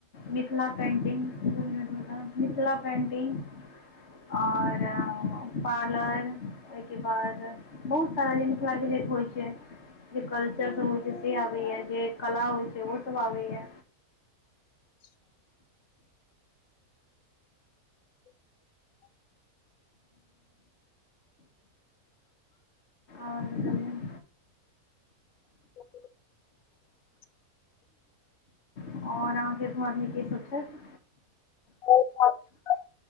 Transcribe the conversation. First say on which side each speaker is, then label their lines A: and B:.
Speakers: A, on the left; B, on the left.
A: मिथिला पेंटिंग <unintelligible> मिथिला पेंटिंग आओर पालर ओय के बाद बहुत सारा <unintelligible> होइ छै जे कल्चर सब होइ छै से आबैये जे कला होइ छै ओ सब आबैये आओर बतबियौ
B: <inaudible>
A: ह आओर अहाँके घर मे के सब छथि
B: चारि पाॅंच गोटे